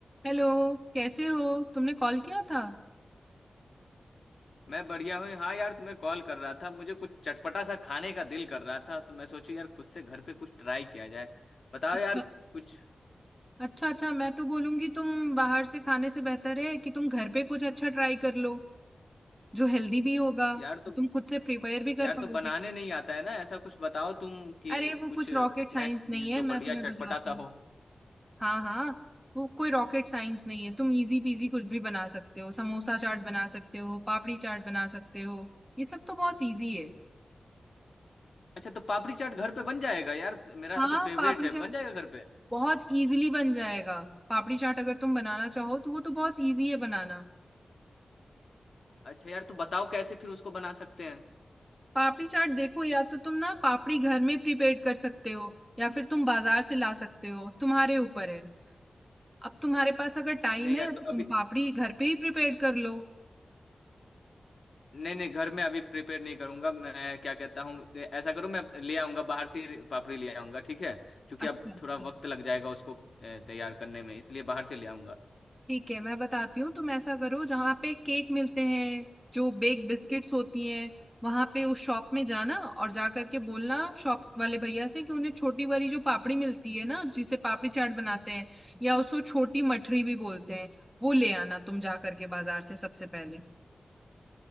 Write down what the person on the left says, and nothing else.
मैं बढ़िया हूँ हाँ यार तुम्हें कॉल कर रहा था मुझे कुछ चटपटा सा खाने का दिल कर रहा था तो मैं सोचू यार खुद से घर पे कुछ ट्राई किया जाए बताओ
यार कुछ
यार तो
यार
तो
बनाने नहीं आता है ना ऐसा कुछ बताओ तुम कि
कुछ
स्नैक्स
भी
जो
बढ़िया
चटपटा
सा
हो
अच्छा तो पापड़ी चाट घर पे बन जाएगा यार मेरा
तो फेवरेट
है
बन जाएगा घर पे
अच्छा यार तो बताओ कैसे फिर उसको बना सकते हैं
नहीं
यार
तो
अभी
नहीं नहीं घर में अभी प्रिपेयर नहीं करूंगा मैं क्या कहता हूँ ऐसा करो मैं ले आऊंगा बाहर से ही पापड़ी ले आऊंगा ठीक है क्योंकि
अब
थोड़ा वक्त लग जाएगा उसको अ, तैयार करने में इसलिए बाहर से ले आऊंगा